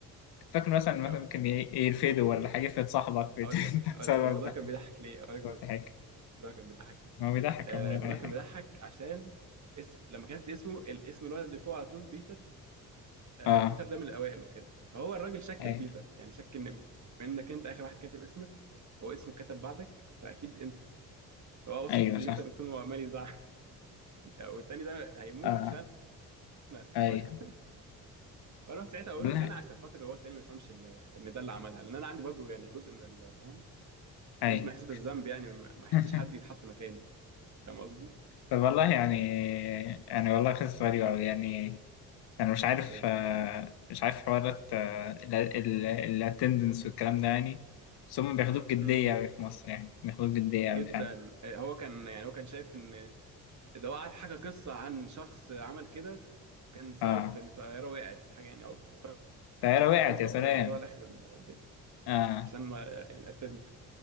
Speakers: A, on the left; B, on the right.
A: فاكر مثلا مثلا
B: كنت
A: ممكن ي- يرفدوا ولا حاجة يفرض صاحبك <laughs> انت
B: اقول لك اقول
A: بسبب
B: لك الموضوع
A: ده
B: كان بيضحك ليه اقول لك
A: بسبب حاجة
B: الموضوع كان بيضحك ليه
A: ما هو بيضحك
B: آه،
A: من غير
B: الموضوع
A: اي
B: كان
A: حاجة
B: بيضحك عشان اسم لما كتبت اسمه الاسم الولد اللي فوق على طول بيتر آه،
A: اه
B: بيتر ده من الاوائل وكده فهو الراجل شك
A: اي
B: في بيتر يعني شك ان منك انت اخر واحد كاتب اسمك هو اسمه كتب بعدك فاكيد انت هو بصت
A: ايوه
B: لبيتر
A: صح
B: طول ما هو عمال يزعق <laughs> والتاني ده هيموت
A: اه
B: مش انا <laughs>
A: ايوه
B: فاروح ساعتها اقول
A: والله
B: ان انا عشان خاطر هو التاني ما يفهمش ان ان ده اللي عملها لان انا عندي برضه يعني جزء من الفهم
A: اي
B: جزء من احساس بالذنب يعني ما
A: <laughs>
B: ما احبش حد يتحط مكاني فاهم قصدي؟
A: طب والله يعني يعني والله قصة غريبة أوي يعني يعني مش عارف
B: ايه
A: آه، مش عارف حوارات الاتندنس والكلام ده يعني بس هم بياخدوه بجدية
B: امم
A: أوي في مصر يعني بياخدوه بجدية
B: جدا
A: أوي فعلا
B: إيه، هو كان يعني هو كان شايف ان ده هو قعد حكى قصه عن شخص عمل كده وكان سبب
A: اه
B: في ان الطياره وقعت حاجه يعني او فاهم
A: الطيارة وقعت
B: كبر
A: يا سلام
B: الموضوع لاخر الدنيا
A: اه
B: عشان ما يعني قتلنا